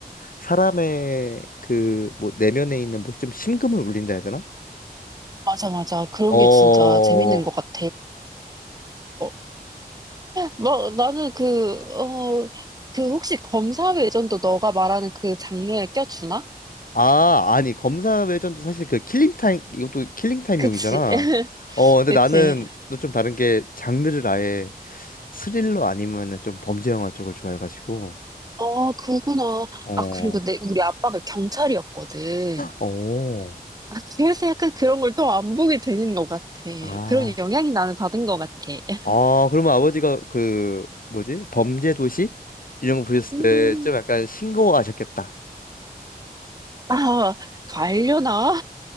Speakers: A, on the left (about 65°); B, on the right (about 25°).
A: 사람의 그 뭐 내면에 있는 뭐 좀 심금을 울린다 해야 되나?
B: 맞아, 맞아. 그런
A: 어.
B: 게 진짜 재밌는 것 같아. 어, 나, 나는 그, 어, 그 혹시 검사 외전도 너가 말하는 그 장르에 껴주나?
A: 아, 아니 검사 외전도 사실 그 킬링 타임 이것도 킬링 타임용이잖아.
B: 그치. <laughs>
A: 어, 근데
B: 그치.
A: 나는 또 좀 다른 게 장르를 아예 스릴러 아니면은 좀 범죄 영화 쪽을 좋아해가지고.
B: 어, 그거구나.
A: 어.
B: 아, 그리고 내, 우리 아빠가 경찰이었거든.
A: 어.
B: 아, 그래서 약간 그런 걸 또 안 보게 되는 것 같아.
A: 아,
B: 그런 영향이 나는 받은 것 같아. <laughs>
A: 아, 그러면 아버지가 그 뭐지? 범죄 도시 이런 거 보셨을
B: 음.
A: 때 좀 약간 싱거워하셨겠다.
B: 아, 갈려나?